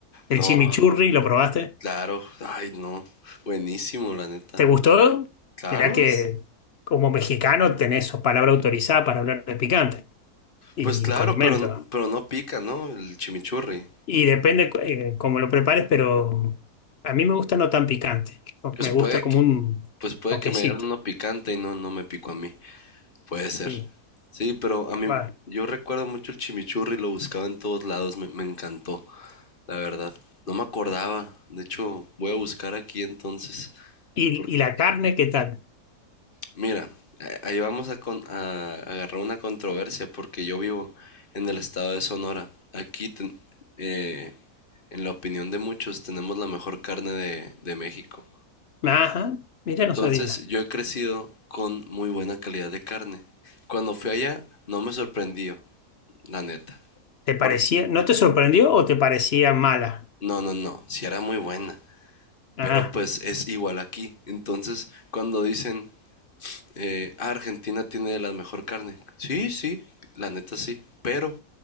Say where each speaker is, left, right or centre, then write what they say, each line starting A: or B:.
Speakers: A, on the left; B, on the left.
A: ¿El
B: No,
A: chimichurri lo probaste?
B: claro, ay no, buenísimo la neta.
A: ¿Te gustó?
B: Claro,
A: Mirá que
B: es-
A: como mexicano tenés sos palabra autorizada para hablar de picante y
B: pues claro,
A: condimentos.
B: pero, n- pero no pica, ¿no? El chimichurri.
A: Y depende eh, cómo lo prepares, pero a mí me gusta no tan picante.
B: Pues
A: Me
B: puede
A: gusta como
B: que,
A: un
B: pues puede
A: toquecito.
B: que me dieran uno picante y no, no me picó a mí. Puede ser.
A: Y,
B: Sí, pero
A: capaz-
B: a mí, yo recuerdo mucho el chimichurri, lo buscaba en todos lados, me, me encantó, la verdad. No me acordaba, de hecho, voy a buscar aquí entonces,
A: y,
B: porque
A: y la carne, ¿qué tal?
B: Mira, eh, ahí vamos a, con- a agarrar una controversia porque yo vivo en el estado de Sonora. Aquí, ten- eh, en la opinión de muchos, tenemos la mejor carne de, de México.
A: Ajá, mira,
B: Entonces,
A: no sabía.
B: yo he crecido con muy buena calidad de carne. Cuando fui allá, no me sorprendió, la neta.
A: ¿Te parecía,
B: Por...
A: no te sorprendió o te parecía mala?
B: No, no, no, si era muy buena.
A: Ah,
B: Pero pues es igual aquí. Entonces, cuando dicen, eh, "Ah, Argentina tiene la mejor carne. Sí, sí, la neta sí, pero